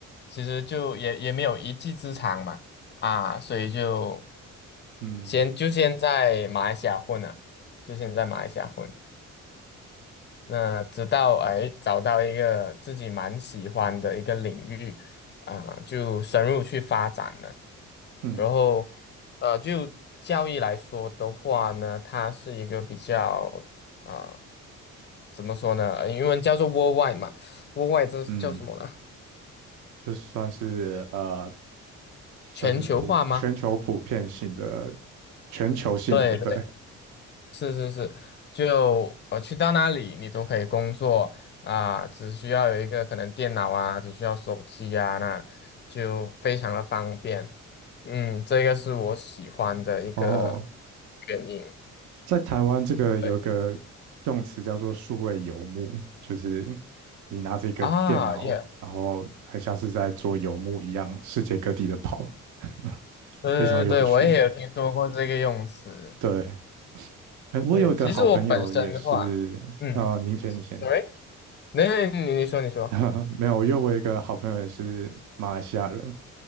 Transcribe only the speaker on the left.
其实就也也没有一技之长嘛。啊，所以就
先就先在马来西亚混啊，就先在马来西亚混。那直到哎找到一个自己蛮喜欢的一个领域，啊、就深入去发展了。
然后，呃，就教育来说的话呢，它是一个比较啊、呃怎么说呢？呃英文叫做 worldwide 嘛，worldwide 这是叫什么呢？
全球化吗？
对
是是是，就我去到那里，你都可以工作啊、只需要有一个可能电脑啊，只需要手机啊，那就非常的方便。嗯，这个是我喜欢的一个
原因。
对
啊，也
对对对，
我也有听说过这个用词。
对，其实我本身的话，嗯，
喂，那你你说你说，